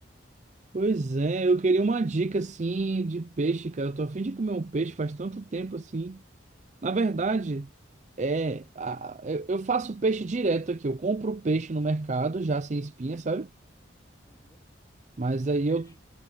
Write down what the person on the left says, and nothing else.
Uhum.
Qual
peixe?